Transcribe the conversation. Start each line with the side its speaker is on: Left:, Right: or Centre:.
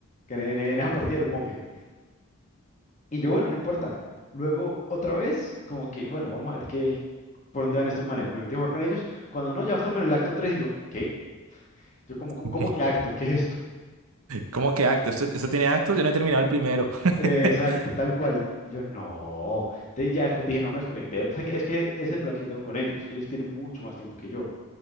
Left: Que en, en- en esa partida era un monje. Y yo, bueno, no importa. Luego, otra vez, como que, bueno, vamos a ver qué, por dónde van estos manes. Me metí a jugar con ellos. Cuando no, ya estaban en el acto 3 y yo, ¿qué? Yo como, co-
Right: <laughs>
Left: ¿cómo que acto? ¿Qué es esto?
Right: ¿Cómo que acto? ¿Esto, esto tiene actos? Yo no he terminado el primero.
Left: Eh, exacto,
Right: <laughs>
Left: tal cual. Y yo, no. Entonces ya después dije, no, me desconecté. O sea, que es que es el plan que yo tengo con ellos. Ellos tienen mucho más tiempo que yo.